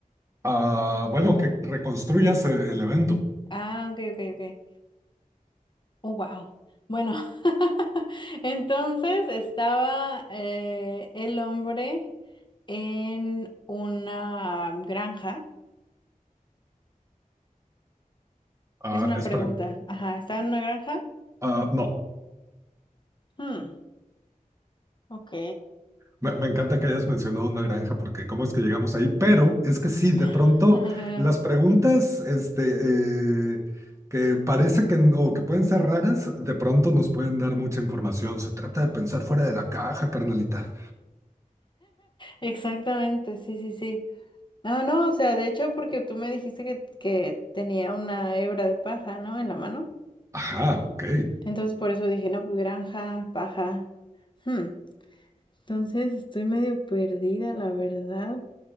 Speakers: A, on the right; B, on the left.
A: Ah, bueno, que reconstruyas el, el evento.
B: Ah, ok, ok, ok. Oh, wow. Bueno, <laughs> entonces estaba eh, el hombre en una granja.
A: Ah,
B: Es una
A: espera,
B: pregunta. Ajá, ¿estaba en una granja?
A: ah, no.
B: Hmm, ok.
A: Me, me encanta que hayas mencionado una granja porque cómo es que llegamos ahí, pero es que sí, de
B: <laughs>
A: pronto las preguntas este, eh, que parece que n- o que pueden ser raras, de pronto nos pueden dar mucha información. Se trata de pensar fuera de la caja, carnalita.
B: Exactamente, sí, sí, sí. No, no, o sea, de hecho, porque tú me dijiste que, que tenía una hebra de paja, ¿no? En la mano.
A: Ajá, ok.
B: Entonces, por eso dije, no, pues granja, paja. Hmm. Entonces estoy medio perdida, la verdad.